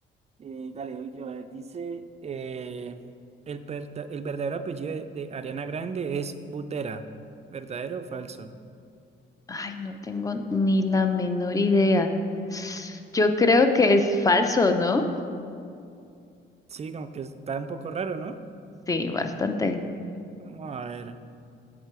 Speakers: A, on the right; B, on the left.
A: Eh, dale, hoy yo, a ver, dice, eh, el, perta- el verdadero apellido de, de Ariana Grande es Butera. ¿Verdadero o falso?
B: Ay, no tengo ni la menor idea. Yo creo que es falso, ¿no?
A: Sí, como que está un poco raro, ¿no?
B: Sí, bastante.
A: Vamos a ver.